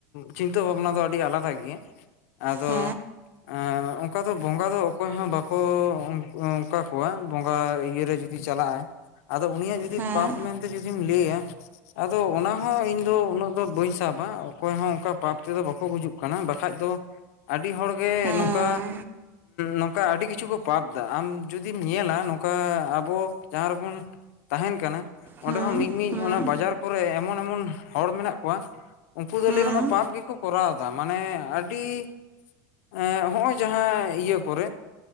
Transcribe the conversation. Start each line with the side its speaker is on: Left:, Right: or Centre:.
Left: ᱪᱤᱱᱛᱟᱹ ᱵᱷᱟᱵᱽᱱᱟ ᱫᱚ ᱟᱹᱰᱤ ᱟᱞᱟᱫᱟ ᱜᱮᱭᱟ ᱟᱫᱚ
Right: ᱦᱮᱸ
Left: ᱟᱨ ᱚᱱᱠᱟ ᱫᱚ ᱵᱚᱸᱜᱟ ᱫᱚ ᱚᱠᱚᱭ ᱦᱚᱸ ᱵᱟᱠᱚ ᱚᱱᱠᱟ ᱠᱚᱣᱟ ᱵᱚᱸᱜᱟ ᱤᱭᱟᱹᱨᱮ ᱡᱩᱫᱤ ᱪᱟᱞᱟᱜ ᱟᱭ ᱟᱫᱚ ᱩᱱᱤᱭᱟᱜ ᱡᱩᱫᱤ
Right: ᱦᱮᱸ
Left: ᱯᱟᱯ ᱢᱮᱱᱛᱮ ᱡᱩᱫᱤᱢ ᱞᱟᱹᱭᱟ ᱟᱫᱚ ᱚᱱᱟ ᱦᱚᱸ ᱤᱧ ᱫᱚ ᱩᱱᱟᱹᱜ ᱫᱚ ᱵᱟᱹᱧ ᱥᱟᱵ ᱚᱠᱚᱭ ᱦᱚᱸ ᱚᱱᱠᱟ ᱯᱟᱯ ᱛᱮᱫᱚ ᱵᱟᱠᱚ ᱜᱩᱡᱩᱜ ᱠᱟᱱᱟ ᱵᱟᱠᱷᱟᱡ ᱫᱚ ᱟᱹᱰᱤ ᱦᱚᱲ ᱜᱮ
Right: ᱦᱮᱸ
Left: ᱱᱚᱝᱠᱟ ᱱᱚᱝᱠᱟ ᱟᱹᱰᱤ ᱠᱤᱪᱷᱩ ᱠᱚ ᱯᱟᱯ ᱟ ᱟᱢ ᱡᱩᱫᱤᱢ ᱧᱮᱞᱟ ᱱᱚᱝᱠᱟ ᱟᱵᱚ ᱡᱟᱦᱟᱸ ᱨᱮᱵᱚᱱ ᱛᱟᱦᱮᱱ ᱠᱟᱱᱟ ᱚᱸᱰᱮ
Right: ᱦᱮᱸ
Left: ᱦᱚᱸ ᱢᱤᱫ ᱢᱤᱫ
Right: ᱦᱮᱸ ᱦᱮᱸ
Left: ᱚᱱᱟ ᱵᱟᱡᱟᱨ ᱯᱚᱨᱮ ᱮᱢᱚᱱᱼᱮᱢᱚᱱ ᱦᱚᱲ ᱢᱮᱱᱟᱜ ᱠᱚᱣᱟ ᱩᱱᱠᱩ ᱫᱚ ᱞᱟᱹᱭ
Right: ᱦᱮᱸ
Left: ᱜᱟᱱᱚᱜᱼᱟ ᱯᱟᱯ ᱜᱮᱠᱚ ᱠᱚᱨᱟᱣ ᱢᱟᱱᱮ ᱟᱹᱰᱤ ᱮᱸ ᱱᱚᱦᱚᱸᱭ ᱡᱟᱦᱟᱸ ᱤᱭᱟᱹ ᱯᱚᱨᱮ